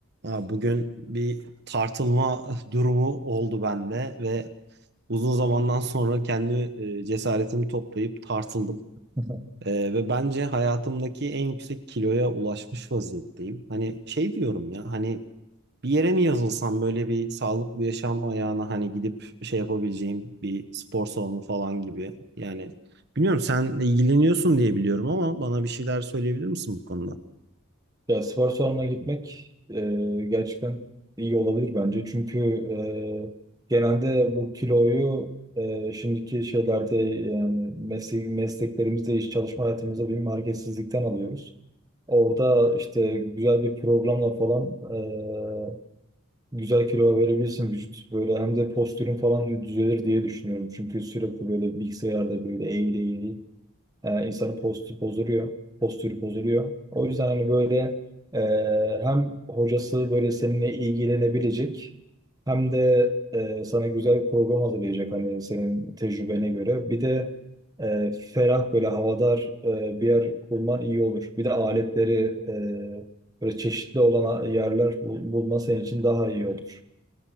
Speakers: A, on the right; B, on the right.
A: Ha, Bugün bir tartılma <laughs> durumu oldu bende ve uzun zamandan sonra kendi e, cesaretimi toplayıp tartıldım.
B: <laughs>
A: E, ve bence hayatımdaki en yüksek kiloya ulaşmış vaziyetteyim. Hani şey diyorum ya hani bir yere mi yazılsam böyle bir sağlıklı yaşam ayağına hani gidip şey yapabileceğim bir spor salonu falan gibi. Yani bilmiyorum sen ilgileniyorsun diye biliyorum ama bana bir şeyler söyleyebilir misin bu konuda?
B: Ya spor salonuna gitmek e, gerçekten iyi olabilir bence. Çünkü e, genelde bu kiloyu e, şimdiki şeylerde yani meslek, mesleklerimizde, iş çalışma hayatımızda bir marketsizlikten alıyoruz. Orada işte güzel bir programla falan e, güzel kilo verebilirsin vücut. Böyle hem de postürün falan düzelir diye düşünüyorum. Çünkü sürekli böyle bilgisayarda böyle eğil eğil E, insanın postü bozuluyor. Postürü bozuluyor. O yüzden hani böyle e, hem hocası böyle seninle ilgilenebilecek hem de e, sana güzel bir program hazırlayacak hani senin tecrübene göre. Bir de e, ferah böyle havadar e, bir yer bulman iyi olur. Bir de aletleri e, böyle çeşitli olan yerler bul- bulma senin için daha iyi olur.